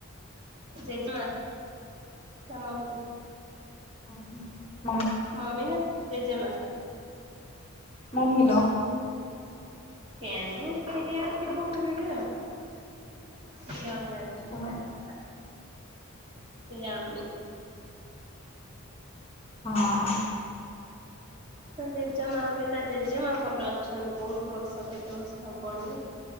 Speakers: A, on the right; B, on the left.
A: ଜେଜେମା ନା ମମି?
B: <unintelligible>
A: ମମି ନା ଜେଜେମା।
B: ମମିଲା।
A: କେନି ସେଇଠି ଆଉ ଥିବ କୋଉଠି ଗୋଟେ, ସିଏ ଆଉ ଜାଣିଛି
B: ହଁ।
A: କି ତା କଥା। ସିଏ ଜାଣୁନି।
B: ହଁ।
A: ତା ଜେଜେମା ବି ତା ଜେଜେମା ଭଲ ଅଛନ୍ତି ବହୁତ ବର୍ଷ କେତେ ବର୍ଷ ହବଣି ଯେ,